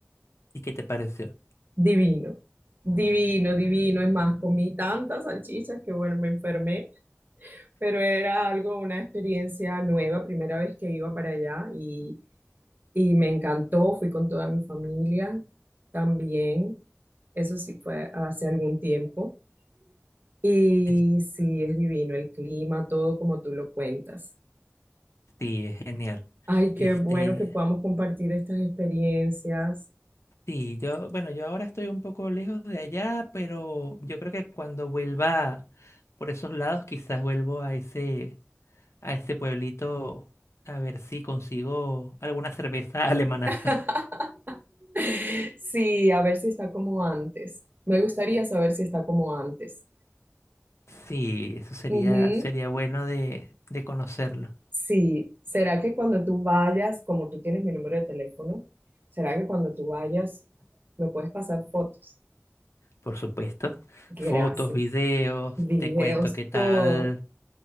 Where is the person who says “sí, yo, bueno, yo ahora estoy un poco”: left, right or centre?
Left